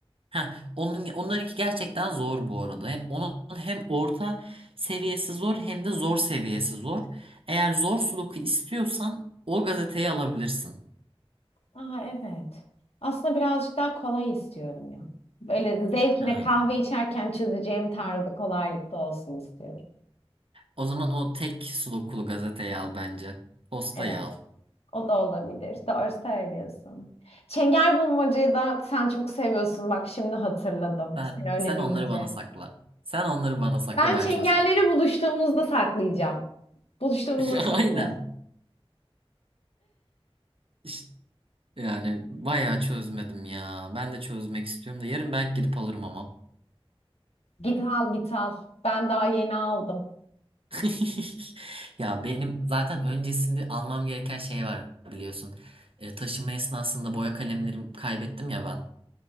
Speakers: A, on the right; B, on the left.
A: Ha, onun onlarınki gerçekten zor bu arada. Hem onun hem orta seviyesi zor hem de zor seviyesi zor. Eğer zor sudoku istiyorsan o gazeteyi alabilirsin.
B: Aha evet. Aslında birazcık daha kolay istiyorum ya. Böyle zevkine
A: Ha,
B: kahve içerken çözeceğim tarzı kolaylıkta olsun istiyorum.
A: O zaman o tek sudokulu gazeteyi al bence. Postayı
B: Evet.
A: al.
B: O da olabilir. Doğru söylüyorsun. Çengelbulmacayı da sen çok seviyorsun. Bak şimdi hatırladım.
A: Sen,
B: Sen öyle
A: sen
B: deyince.
A: onları bana sakla. Sen onları bana sakla
B: Ben
A: ben
B: çengelleri
A: çözeceğim.
B: buluştuğumuzda saklayacağım. Buluştuğumuzda
A: <laughs>
B: saklayacağız.
A: Aynen. İşte yani bayağı çözmedim ya. Ben de çözmek istiyorum da yarın belki gidip alırım ama.
B: Git al git al. Ben daha yeni aldım.
A: <laughs> Ya benim zaten öncesinde almam gereken şey var biliyorsun. E, taşıma esnasında boya kalemlerimi kaybettim ya ben.